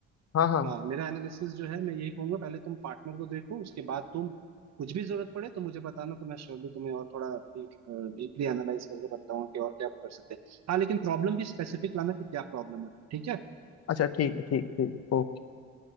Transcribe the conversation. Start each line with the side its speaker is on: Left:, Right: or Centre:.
Left: हाँ हाँ
Right: हाँ मेरा एनालिसिस जो है मैं यही कहूंगा पहले तुम पार्टनर को देखो उसके बाद तुम कुछ भी जरूरत पड़े तो मुझे बताना तो मैं श्योरली तुम्हें और थोड़ा डीपली एनालाइज करके बताऊंगा कि और क्या कर सकते हैं हाँ लेकिन प्रॉब्लम भी स्पेसिफिक लाना कि क्या प्रॉब्लम है ठीक है
Left: अच्छा ठीक है ठीक ठीक ओके